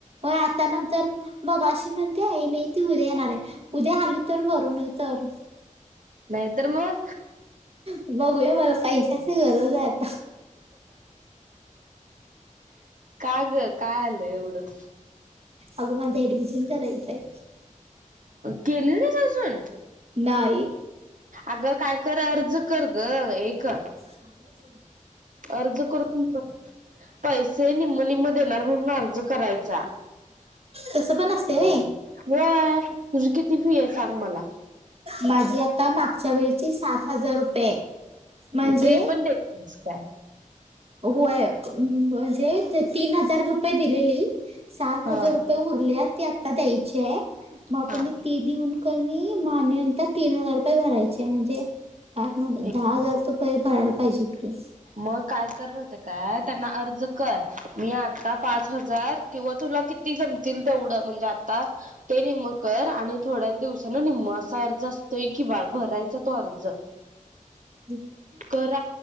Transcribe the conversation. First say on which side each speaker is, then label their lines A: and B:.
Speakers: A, on the right; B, on the right.
A: आता नंतर मगाशी ती म्हणतीया आई नाही ती उद्या येणार आहे. उद्या आली तर बरं नाही तर
B: नाहीतर मग
A: बघूया मला पैशाची गरज आहे आता.
B: का ग का आलं एवढं?
A: अगं माझ ऍडमिशन करायच आहे.
B: केली नाहीस अजून?
A: नाही.
B: अगं काय कर अर्ज कर ग एक.
A: ह <inaudible>
B: अर्ज करून पैसे निम, निम देणार म्हणून अर्ज करायचा.
A: तसं पण असते वे
B: होय तुझी किती फी आहे सांग मला?
A: माझी आता मागच्या वेळीची सात हजार रुपये. म्हणजे
B: ते पण देतीस काय?
A: होय म्हणजे तीन हजार रुपये दिलेली सात
B: हा
A: हजार रुप उरली येत ते आता द्यायचे आहे. मग
B: हा.
A: म ती देऊन का नाही म आणि नंतर तीन हजार रुपये भरायचे आहे म्हणजे आठ, नऊ,
B: एकूण
A: दहा हजार रुपये पाहिजेत की.
B: मग काय कर माहित आहे काय त्यांना अर्ज कर मी आ आता पाच हजार किंवा तुला किती जमतील तेवढं म्हणजे आता ते निम्म कर आणि थोड्याच दिवसान निम्म असा अर्ज असतोय की भरायचा तो अर्ज.
A: होय <inaudible>
B: करा